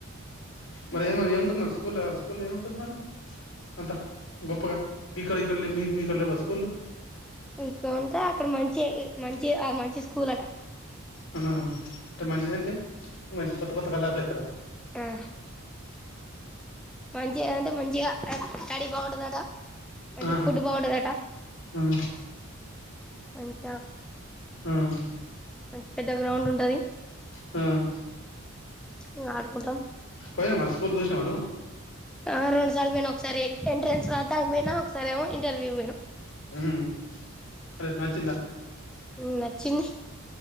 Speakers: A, on the left (about 60°); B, in the centre.
A: మరి ఏ మరి ఏం ఏముంటది మరి స్కూల్ల స్కూల్ల ఏముంటది మరి అంతా గొప్పగా మీక్కడ ఇక్కడ మీ మీకడలేవ స్కూళ్ళు
B: ఇక్కడ ఉంటే అక్కడ మంచి మంచి ఆ మంచి స్కూల్ అట
A: ఆ అంటే మంచిదింటే మంచి కొత్త కొత్త కలర్లు ఎతర
B: ఆ మంచిగా అంటే మంచిగా స్టడీ బాగుంటందట మంచి
A: ఆ
B: ఫుడ్ బాగుంటదట
A: ఆ
B: మంచిగా
A: ఉమ్
B: మంచి పెద్ద గ్రౌండ్ ఉంటది
A: హ్మ్
B: ఇగ ఆడుకుంటాం
A: పోయినా మరి స్కూల్ జూసినవ నువ్
B: ఆహా రొండు సార్లు పోయినా ఒకసారి టెంట్రెన్స్ రాత్తానికి పోయినా ఒకసారి ఏమో ఇంటర్వ్యూకి పోయినా
A: హ్మ్ మరి నచ్చిందా
B: నచ్చింది